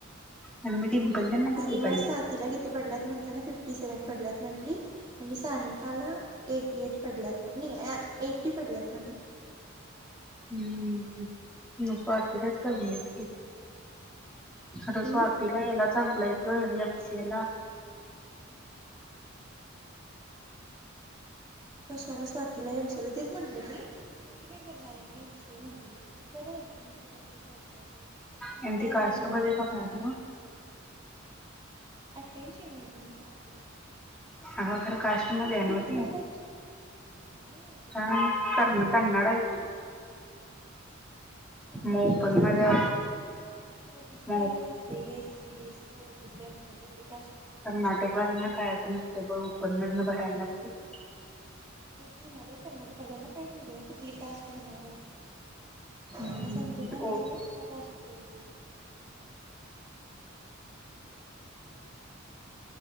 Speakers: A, in the centre; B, on the right.
A: आणि मी डिंपलला ना किती
B: आणि म
A: पडल्या
B: स्वातीला किती पडल्यात म्हणताना फिफ फिफ्टी सेव्हन पडल्यात म्हटली आणि सानिकाला एटी एट पडल्यात एटी पडल्यात म्हण.
A: हम्म मग स्वातीला च कमी आहेत की. खर
B: हम्म
A: स्वातीला याला चांगल हैत ग एम सी ए ला. <inaudible>
B: कशाला स्वातीला एम सी ये ला तेच म्हंटल मी स्वाती काय करणार आहे म एम सी ये म्हंटली म्हटलं बरं आहे की म तिला ते करत्या तर चांगल
A: आणि ती
B: हाय
A: कास्ट
B: तिला मिळू
A: मध्ये
B: शकतंय.
A: बघा ना मग
B: आठ्याऐंशी आहे मेरीट म्हण. स्वातीला
A: अगं खरं काष्टमध्ये
B: स्वाती
A: हाय नव्ह
B: कुठल्या
A: ती
B: कास्टची आहे मला नाही माहिती बाबा
A: का करण कन्नड हाय ती.
B: कर्नाटकात
A: मग ओपन
B: अस नसतंय
A: मध्ये
B: ओ बी सी
A: मग
B: काही तर असतंय एस सी बी सी हो ओबीसी असत्या एवढी असत उडी
A: कर्नाटकवाल्यांना कायचं नसतं. ते पण ओपन मधन भरायला लागतंय.
B: तेच म्हणालोय कर्नाटकवाल्यांना काहीच <unintelligible> कुठली कास्ट म्हणाल्यास
A: हम्म
B: आता संजना नाही
A: ओके.
B: व्हय त्या कास्टची आहे ती